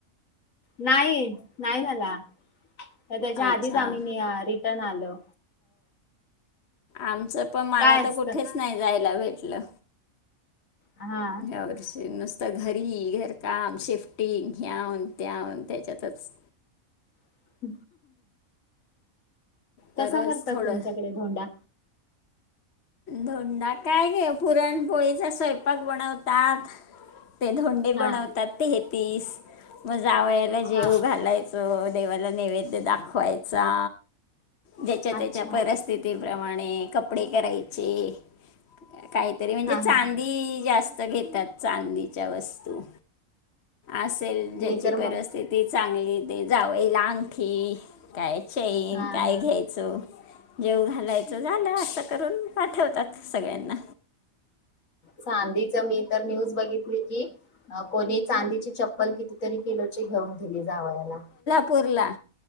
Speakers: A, on the left; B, on the left.
A: नाही. नाही जाला. तर त्याच्या आधीच
B: अच्छा
A: आम्ही निहार तन आलो.
B: आम च पण मला
A: काय
B: तर
A: असतं
B: कुठच नाही जाय ला भेटलो
A: हा.
B: यावर्षी नुसतं तर घरी घरकाम, शिफ्टिंग, ह्याव- त्याव त्याच्यातच.
A: <inaudible>
B: तरच
A: कसा करतात
B: थोडं
A: तुमच्याकडे धोंडा?
B: धोंडा काय घे पुरणपोळीचा स्वयंपाक बनवतात. ते धोंडे
A: हा
B: बनवतात ते तीस मग जावयाला जेवू
A: हा.
B: घालायचं. देवाला नैवेद्य दाखवायचा. ज्याच्या त्याच्या
A: अच्छा
B: परिस्थितीप्रमाणे कपडे करायचे. काय तरी म्हणजे
A: हा
B: चांदी
A: हा हा
B: असलं घे त्यात चांदीच्या वस्तू असेल ज्याची
A: मी तर
B: परिस्थिती
A: मग
B: चांगली ते जावयाला अंगठी काय चैन
A: हा
B: काय
A: हा
B: घ्यायच. जेवू घालायचं झालं असं करून आठवतात सगळ्यांना
A: चांदीच मी तर न्यूज बघितली की कोणी चांदीची चप्पल कितीतरी किलोची घेऊन दिली. जावयाला
B: पुरला